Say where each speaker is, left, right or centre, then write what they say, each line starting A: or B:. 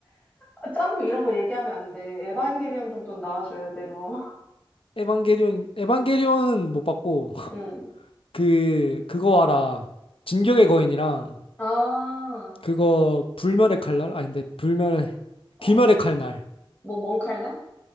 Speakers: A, on the left; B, on the left.
A: 아, 짱구 이런 거 얘기하면 안 돼. 에반게리온 정도는 나와줘야 돼, 너. <laughs>
B: 에반게리온, 에반게리온은 못 봤고, <laughs>
A: 응.
B: 그, 그거 알아. 진격의 거인이랑,
A: 아,
B: 그거, 불멸의 칼날? 아닌데, 불멸의,
A: 어,
B: 귀멸의
A: 어.
B: 칼날.
A: 뭐, 뭔 칼날?